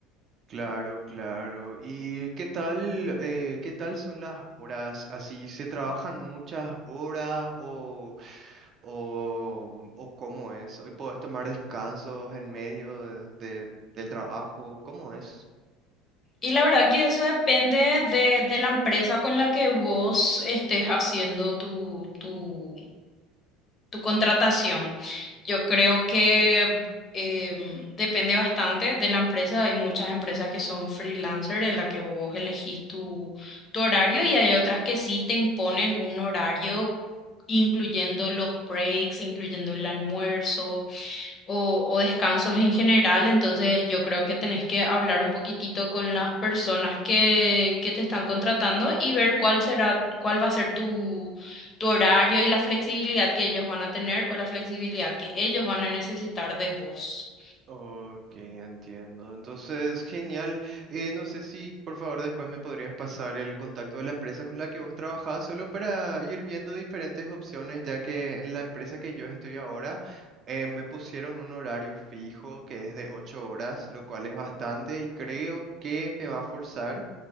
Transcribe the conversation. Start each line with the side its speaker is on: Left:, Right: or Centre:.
Right: Claro, claro. ¿Y qué tal, eh, qué tal son las horas? ¿Así se trabajan muchas horas o, o, mm, o cómo es? ¿Hoy puedes tomar descansos en medio de- de- del trabajo? ¿Cómo es?
Left: Y la verdad que eso depende de, de la empresa con la que vos estés haciendo tu tu tu contratación. Yo creo que em, depende bastante de la empresa. Hay muchas empresas que son freelancer en la que vos elegís tu, tu horario y hay otras que sí te imponen un horario incluyendo los breaks, incluyendo el almuerzo o, o descansos en general, entonces yo creo que tenés que hablar un poquitito con las personas que, que te están contratando y ver cuál será, cuál va a ser tu, tu horario y la flexibilidad que ellos van a tener o la flexibilidad que ellos van a necesitar de vos.
Right: Ok, entiendo. Entonces, genial. Eh, no sé si por favor después me podrías pasar el contacto de la empresa con la que vos trabajás, solo para ir viendo diferentes opciones, ya que en la empresa que yo estoy ahora eh, me pusieron un horario fijo que es de ocho horas, lo cual es bastante y creo que me va a forzar.